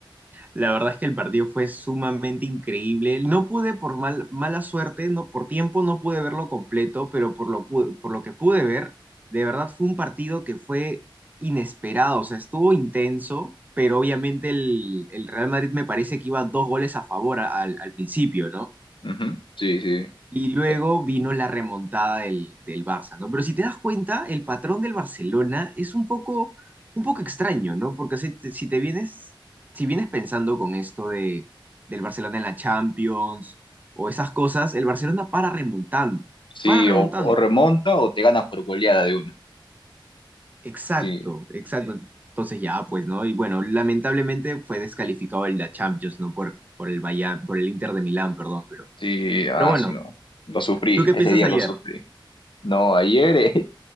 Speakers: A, on the right (about 20°); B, on the left (about 70°).
A: La verdad es que el partido fue sumamente increíble. No pude, por mal, mala suerte, no, por tiempo no pude verlo completo, pero por lo, pu- por lo que pude ver, de verdad fue un partido que fue inesperado, o sea, estuvo intenso, pero obviamente el, el Real Madrid me parece que iba dos goles a favor a- al, al principio, ¿no?
B: Ujú, Sí, sí.
A: Y luego
B: Eh,
A: vino la remontada del, del Barça, ¿no? Pero si te das cuenta, el patrón del Barcelona es un poco, un poco extraño, ¿no? Porque si te, si te vienes, si vienes pensando con esto de, del Barcelona en la Champions o esas cosas, el Barcelona para remontando,
B: Sí,
A: para remontando.
B: o, o remonta o te ganas por goleada de una.
A: Exacto,
B: Sí,
A: exacto. Sí. Entonces ya, pues, ¿no? Y bueno, lamentablemente fue descalificado el la Champions, ¿no? Por, por el Bayern, por el Inter de Milán, perdón, pero,
B: sí, ah,
A: pero bueno,
B: su- no. Lo sufrí,
A: ¿tú qué
B: ese
A: piensas
B: día
A: ayer?
B: lo sufrí. No, ayer, eh, <laughs>